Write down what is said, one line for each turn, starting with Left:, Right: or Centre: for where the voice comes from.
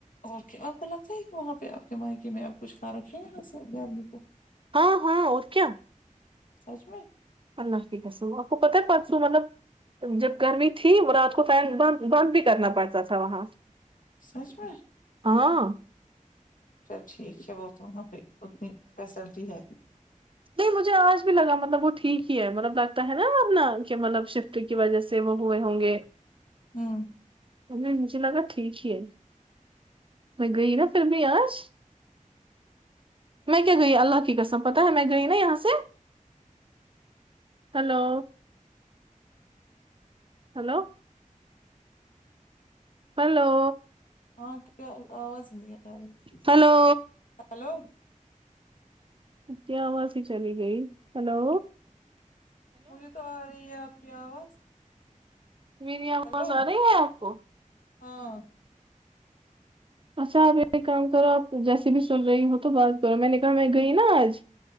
Left: اور کیا آ کو لگتا ہے کہ وہاں پہ آپ کے مائکے میں آپ کچھ فارک ہے یہاں سے گرمی کو
Right: ہاں ہاں اور کیا
Left: سچ میں
Right: اللہ کی قسم آپ کو پتہ ہے پرسوں پلپ جب گرمی تھی رات کو فین ب بند بھی کرنا پڑتا تھا وہاں
Left: سچ میں
Right: ہاں
Left: چل ٹھیک ہے وہ تو وہاں پہ اتنی فیسلٹی ہے
Right: نہیں مجھے آج بھی لگا مطلب وہ ٹھیک ہی ہے مطلب لگتا ہے نہ واپنا کہ مطلب شفٹنگ کی وجہ سے وہ ہوئے ہوں گے
Left: ہوں
Right: ا مجھے لگا ٹھیک ہی ہے میں گئی نہ فر بھی آج میں کیا گئی اللہ کی قسم پتہ ہے میں گئی نہ یہاں سے ہیلو ہیلو ہیلو
Left: ہاں کیا آواز نہیں آرہی تھی
Right: ہلو
Left: ہیلو
Right: کیا آواز ہی چلی گئی، ہیلو
Left: مجھے تو آ رہی ہے آپ کی آواز
Right: میری آواز
Left: ہیلو
Right: آ رہی ہے آپ کو
Left: ہاں
Right: اچھا آپ ایک کام کرو آپ جیسے بھی سن رہی ہو تو بات کرو میں نے کہا میں گئی نہ آج